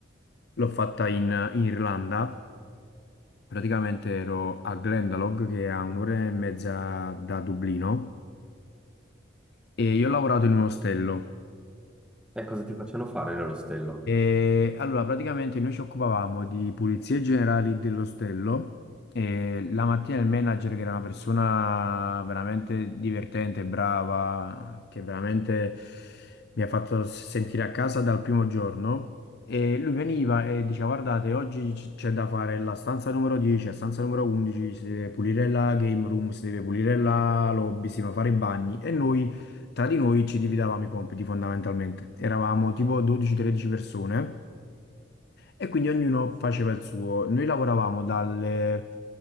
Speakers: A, on the left; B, in the centre.
A: l'ho fatta in, in Irlanda, praticamente ero a Glendalough che è a un'ora e mezza da Dublino E io ho lavorato in un ostello.
B: E cosa ti facevano fare nell'ostello?
A: E allora, praticamente noi ci occupavamo di pulizie generali dell'ostello. E la mattina il manager, che era una persona veramente divertente, brava, che veramente mi ha fatto s- sentire a casa dal primo giorno. E lui veniva e diceva: Guardate, oggi c- c'è da fare la stanza numero 10, la stanza numero 11, si deve pulire la game room, si deve pulire la lobby, si devono fare i bagni. E noi. Tra di noi ci dividevamo i compiti fondamentalmente. Eravamo tipo 12-13 persone e quindi ognuno faceva il suo. Noi lavoravamo dalle, eh,